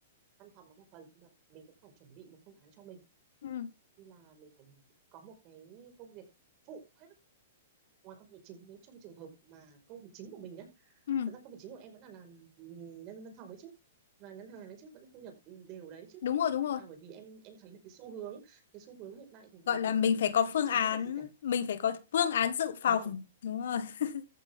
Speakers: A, on the right; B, on the left.
A: văn phòng nó một phần nhưng mà mình cũng phải chuẩn bị một phương án cho mình
B: ừ,
A: như là mình phải có một cái công việc phụ khác ngoài công việc chính nếu trong trường hợp mà công việc chính của mình nhá
B: ừ.
A: thật ra công việc chính của em vẫn là làm nhân văn phòng ấy chứ và ngân hàng ấy chứ vẫn thu nhập đều đấy chứ
B: đúng rồi đúng
A: nhưng
B: rồi
A: mà bởi vì em em thấy là cái xu hướng cái xu hướng hiện tại của mình
B: gọi là
A: ấy
B: mình
A: là
B: phải có
A: không chắc
B: phương
A: chắn
B: án
A: cái việc gì cả
B: mình phải có phương án dự phòng
A: đúng rồi
B: đúng rồi <laughs>